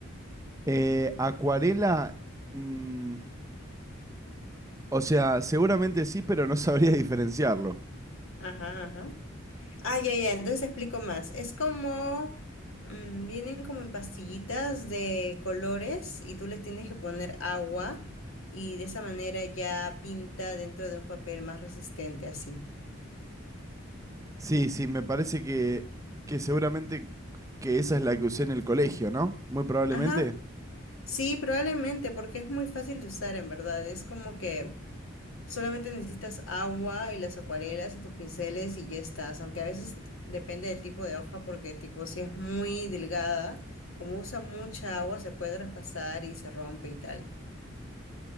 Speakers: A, on the right (about 15°); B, on the left (about 80°).
A: Eh, acuarela, mm, o sea, seguramente sí, pero no <laughs> sabría diferenciarlo.
B: Ajá, ajá. Ah, ya, ya, entonces explico más. Es como, mm, vienen como en pastillitas de colores y tú les tienes que poner agua y de esa manera ya pinta dentro de un papel más resistente así.
A: Sí, sí, me parece que, que seguramente que esa es la que usé en el colegio, ¿no? Muy probablemente.
B: Ajá. Sí, probablemente, porque es muy fácil de usar en verdad. Es como que solamente necesitas agua y las acuarelas y tus pinceles y ya estás. Aunque a veces depende del tipo de hoja, porque tipo si es muy delgada, como usa mucha agua, se puede traspasar y se rompe y tal.